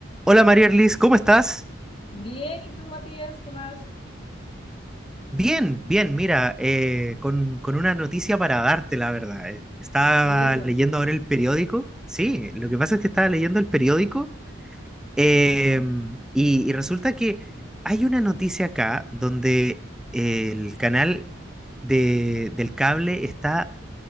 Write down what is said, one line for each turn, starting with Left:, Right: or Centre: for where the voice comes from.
Centre: Hola María Erlis, ¿cómo estás?
Left: Bien, ¿y tú, Matías? ¿Qué más?
Centre: Bien, bien, mira, eh, con, con una noticia para darte, la verdad. Eh, Estaba
Left: Y eso,
Centre: leyendo ahora el periódico, sí, lo que pasa es que estaba leyendo el periódico eh,
Left: ajá.
Centre: y, y resulta que hay una noticia acá donde el canal de- del cable está